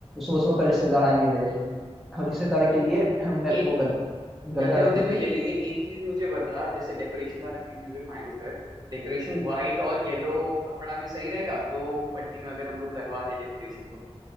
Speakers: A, in the centre; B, on the right (about 40°).
A: सुबह सुबह का रिश्तेदार आएंगे मेरे
B: हम्म,
A: और रिश्तेदार के लिए मैं
B: हम्म।
A: वो गद, गद्दा
B: गद्दे उद्दे
A: रख
B: भी ले लेंगे एक चीज मुझे बता जैसे डेकोरेशन वाला चीज में जो फाइनल कर डेकोरेशन व्हाइट और येलो कपड़ा में सही रहेगा दो पट्टी में अगर हम लोग करवा दे डेकोरेशन तो